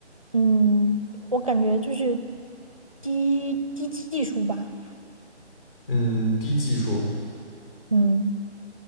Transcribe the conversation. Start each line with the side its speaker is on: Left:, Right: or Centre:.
Right: 嗯，我感觉就是低低技术吧，
Left: 嗯，低技术
Right: 嗯。